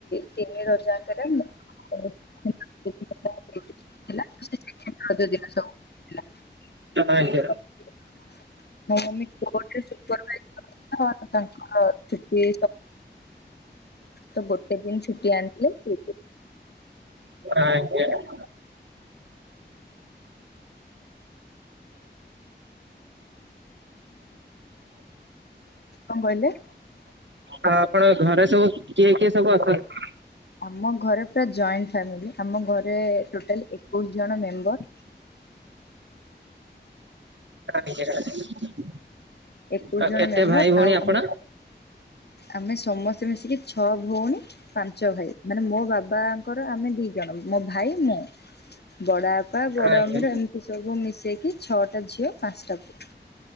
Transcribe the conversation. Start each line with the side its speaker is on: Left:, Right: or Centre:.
Left: ତିନି ରଜାଙ୍କରେ <unintelligible>
Right: ଆଜ୍ଞା।
Left: <unintelligible> <unintelligible> ଛୁଟି। ତ ଗୋଟେ ଦିନ ଛୁଟି ଆଣିଥିଲେ
Right: ଆଜ୍ଞା।
Left: କଣ କହିଲେ।
Right: ହଁ ଆପଣ ଘରେ ସବୁ କିଏ କିଏ ସବୁ ଆଛନ୍ତି?
Left: ଆମ ଘରେ ପୁରା ଜଏଣ୍ଟ ଫାମିଲି ଆମ ଘରେ ଟୋଟାଲ ଏକୋଇଶି ଜଣ ମେମ୍ବର।
Right: <unintelligible>
Left: ଏତିକି
Right: ଆଉ
Left: ଜଣ
Right: କେତେ
Left: ମେମ୍ବର
Right: ଭାଇ ଭଉଣୀ
Left: ଆଉ
Right: ଆପଣ?
Left: ଆମେ ସମସ୍ତେ ମିଶିକି ଛଅ ଭଉଣୀ ପାଞ୍ଚ ଭାଇ ମାନେ ମୋ ବାବାଙ୍କର ଆମେ ଦି ଜଣ ମୋ ଭାଇ ମୁଁ। ବଡବାପା ବଡ
Right: ଆଜ୍ଞା
Left: ଅମିର ଏମିତି ସବୁ ମିଶେଇକି ଛଅଟା ଝିଅ ପାଞ୍ଚଟା ପୁଅ।